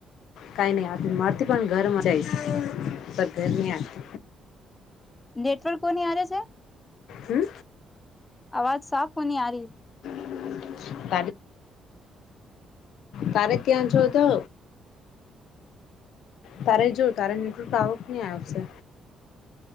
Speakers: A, on the left; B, on the left.
A: કાંઈ નહી આ મારથી પણ ઘરમાં જાયશ પર ઘર નહી આવી.
B: નેટવર્ક કોની આ છે
A: હમ
B: અવાજ સાફ કોની આારી.
A: <inaudible> તારે ત્યાં જો તો તારે જો તારે ન્યૂટર્ક આવક કહીં આવશે.